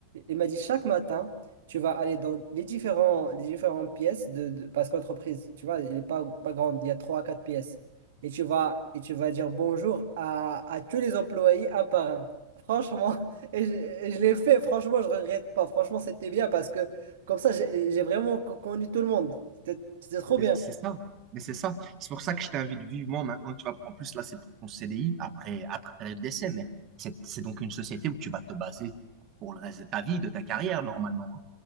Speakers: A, on the right; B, on the right.
A: il m'a dit chaque matin tu vas aller dans les différents, les différentes pièces de, de- parce qu'entreprise, tu vois, elle n'est pas, pas grande, il y a trois à quatre pièces. Et tu vas, et tu vas dire bonjour à, à tous les employés un par un. Franchement, <laughs> et je, et je l'ai fait, franchement, je regrette pas. Franchement, c'était bien parce que comme ça, j'ai j'ai vraiment co- connu tout le monde. C'était c'était trop
B: C'est
A: bien.
B: c'est ça, mais c'est ça. C'est pour ça que je t'invite vivement maintenant. Tu vas, en plus, là, c'est pour ton CDI après, après période d'essai, mais c'est c'est donc une société où tu vas te baser pour le reste de ta vie, de ta carrière, normalement. hein.